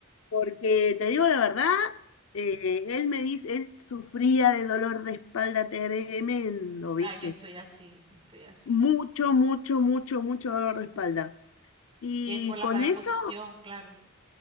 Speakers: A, on the left; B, on the right.
A: Porque te digo la verdad, eh, él me dice, él sufría de dolor de espalda tremendo, ¿viste?
B: Ah, yo estoy así, yo estoy así.
A: Mucho, mucho, mucho, mucho dolor de espalda. Y
B: Y es por la,
A: con
B: para la
A: eso,
B: posición, claro.